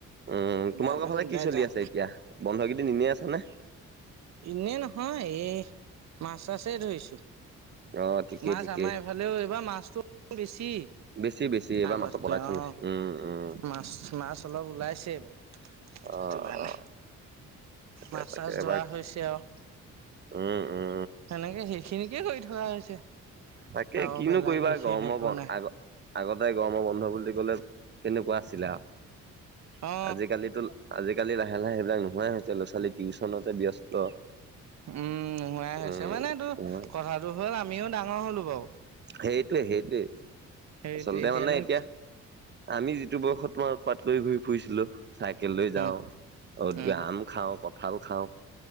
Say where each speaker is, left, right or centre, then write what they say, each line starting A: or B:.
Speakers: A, on the right (about 35°); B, on the right (about 60°).
A: উম
B: কিবা
A: তোমালোকৰ
B: এটা
A: ফালে
B: মিলাই
A: কি চলি
B: যাম।
A: আছে এতিয়া বন্ধ কেইদিন ইনেয়ে আছানে?
B: ইনেয়ে নহয় এই মাছ চাছে ধৰিছো।
A: অ ঠিকেই
B: মাছ
A: ঠিকেই
B: আমাৰ এই ফালেও এইবাৰ মাছটো বেছি।
A: বেছি বেছি এইবাৰ
B: আগতকে
A: মাছৰ প্ৰডাকচন
B: অ
A: বেছি, উম উম।
B: মাছ মাছ অলপ ওলাইছে এইবাৰ।
A: অ
B: সেইটো কাৰণে
A: অ তাকে
B: মাছ
A: তাকে
B: চাছ
A: এবাৰ
B: ধৰা হৈছে আৱ।
A: উম উম।
B: সেনেকে সেইখিনিকে কৰি থকা হৈছে।
A: তাকে
B: আৰু
A: কিনো
B: বেলেগ
A: কৰিবা
B: বিশেষ
A: গৰম
B: একো
A: ব
B: নাই
A: আগ আগতে গৰম বন্ধ বুলি ক'লে কেনেকুৱা আছিলে আৱ
B: অ
A: আজিকালিটো আজিকালি লাহে লাহে সেইবিলাক নোহোৱাই হৈছে ল'ৰা ছোৱালী টিউচনতে ব্যস্ত।
B: উম নোহোৱাই হৈছে
A: উম
B: মানে এইটো
A: উম
B: কথাটো হ'ল আমিও ডাঙৰ হ'লো বাৰু।
A: সেইটোৱে সেইটোৱে
B: সেইটো
A: আচলতে
B: এতিয়ানো
A: মানে এতিয়া আমি যিটো বয়সত তোমাৰ উৎপাত কৰি ঘূৰি ফুৰিছিলো। চাইকেল লৈ যাওঁ।
B: উম
A: ক'ৰবাত
B: উম
A: গৈ আম খাওঁ কঁঠাল খাওঁ।